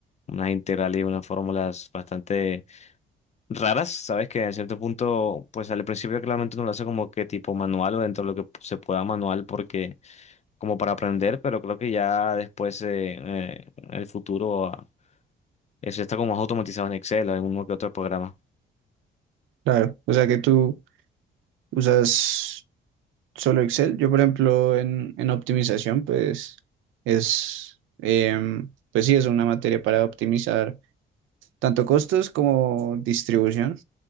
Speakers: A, on the left (about 35°); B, on the right (about 80°).
A: unas integrales y unas fórmulas bastante raras, sabes que en cierto punto, pues al principio claramente uno lo hace como que tipo manual o dentro de lo que se pueda manual porque como para aprender, pero creo que ya después eh, eh, en el futuro ah, eso ya está como más automatizado en Excel o en uno que otro programa.
B: claro. O sea que tú usas solo Excel. Yo, por ejemplo, en, en optimización, pues es, em, pues sí, es una materia para optimizar tanto costos como distribución.